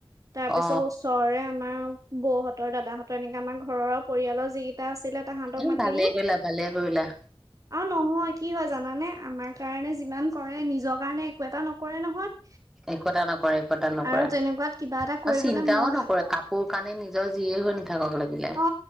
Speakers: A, on the right; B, in the centre.
A: তাৰ পিছত
B: অ
A: ওচৰে আমাৰ বৌহঁতৰ দাদাহঁতৰ এনেকে আমাৰ ঘৰৰ পৰিয়ালৰ যি এটা আছিলে। তাহাঁতক
B: এ
A: মাতিলো
B: ভালে কৰিলা ভালে কৰিলা।
A: আৰু নহয় কি হয় জানানে আমাৰ কাৰণে যিমান কৰে নিজৰ কাৰণে একো এটা নকৰে নহয়।
B: একোতা নকৰে একতা নকৰে
A: আৰু তেনেকুৱাত কিবা এটা কৰিবলৈ
B: আৰু চিন্তাও
A: মন
B: নকৰে কাপোৰ কানি নিজৰ যিয়ে হৈ নাথাকক লাগিলে
A: অ